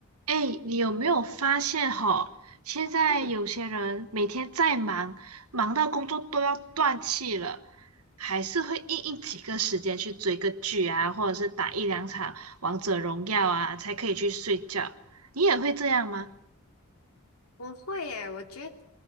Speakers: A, on the right; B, on the left.
A: 哎，你有没有发现哈？现在有些人每天再忙，
B: 嗯，
A: 忙到工作都要断气了，还是会硬硬挤个时间去追个剧啊，或者是打一两场王者荣耀啊，才可以去睡觉。你也会这样吗？
B: 我会诶，我觉得